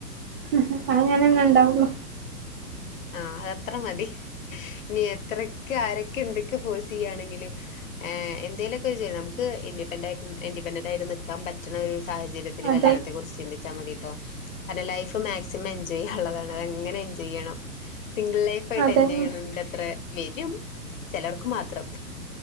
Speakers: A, on the right; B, on the left.
A: ആഹ് അത് അങ്ങനെന്നെ ഉണ്ടാവു ള്ളൂ
B: ആഹ് അതത്ര മതി ഇനി എത്രക്കെ ആരൊക്കെ എന്തൊക്കെ ഫോഴ്സ് ചെയ്യയാണെങ്കിലും എന്തേലൊക്കെ ചെയ്യ നമുക്ക് ഇന്റി പെന്റാ ഇന്റിപെന്റെന്റ് ആയിട്ട് നിക്കാൻ പറ്റണ ഒരു സാഹചര്യത്തി ല്കല്യാണത്തെ
A: അതെ
B: കുറിച്ച് ചിന്തിച്ചാൽ മതി ട്ടൊ കാരണം ലൈഫ് മാക്സിമം എൻജോയ് ചെയ്യാൻ ഉള്ളതാണ് അതങ്ങനെ എൻജോയ് ചെയ്യണം സിംഗിൾ ലൈഫ് ആയിട്ട്
A: അതന്നെ
B: എൻജോയ് ചെയ്യണണ്ട് അത്ര വരും ചെലർക്ക് മാത്രം